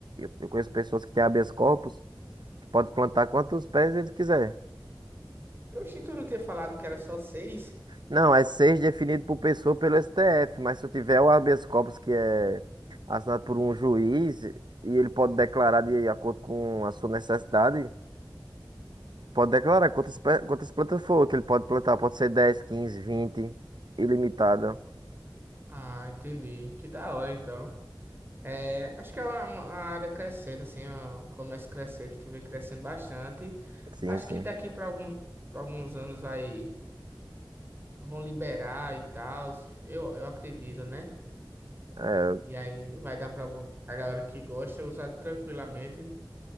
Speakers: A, on the right; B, on the right.
A: eu conheço pessoas que têm habeas corpus, que pode plantar quantos pés eles quiser.
B: Eu achei que tu não tinha falado que era só seis.
A: Não, é seis definido por pessoa pelo STF, mas se eu tiver o habeas corpus que é assinado por um juiz e ele pode declarar de acordo com a sua necessidade, pode declarar quantas, pe- quantas plantas for, que ele pode plantar, pode ser 10, 15, 20, ilimitada.
B: Ah, entendi. Que da hora, então. É, acho que é uma, uma área crescente, assim, ó, um comércio crescente que vem crescendo bastante.
A: Sim,
B: Acho
A: sim.
B: que daqui para algum, alguns anos vai, vão liberar e tal, eu, eu acredito, né?
A: É,
B: E aí vai dar para a galera que gosta usar tranquilamente,